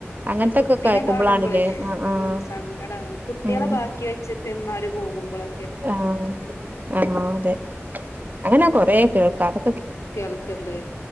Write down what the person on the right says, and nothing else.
അങ്ങനത്തൊക്കെ
കേൾക്കുമ്പോളാണില്ലേ
ആഹ്
ആഹ്
ഉം
ആഹ് ആഹ് അതെ അങ്ങനെ കൊറേ കേൾക്കാതെ